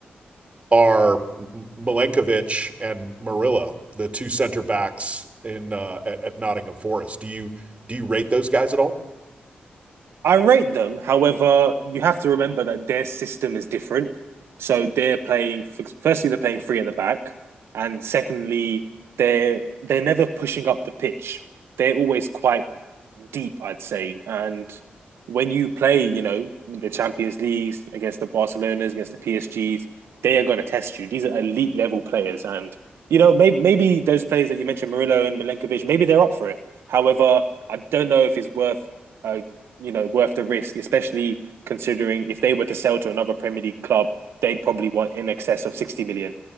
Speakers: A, on the right (about 30°); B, on the right (about 80°).
A: are Milenkovic and Murillo, the two center backs in uh, at, at Nottingham Forest. Do you do you rate those guys at all?
B: I rate them. However, you have to remember that their system is different. So they're playing. Firstly, they're playing three at the back, and secondly, they're they're never pushing up the pitch. They're always quite deep, I'd say. And when you play, you know, the Champions Leagues against the Barcelonas, against the PSGs, they are going to test you. These are elite level players, and you know, maybe maybe those players that you mentioned, Murillo and Milenkovic, maybe they're up for it. However, I don't know if it's worth, uh, you know, worth the risk, especially considering if they were to sell to another Premier League club, they'd probably want in excess of sixty million,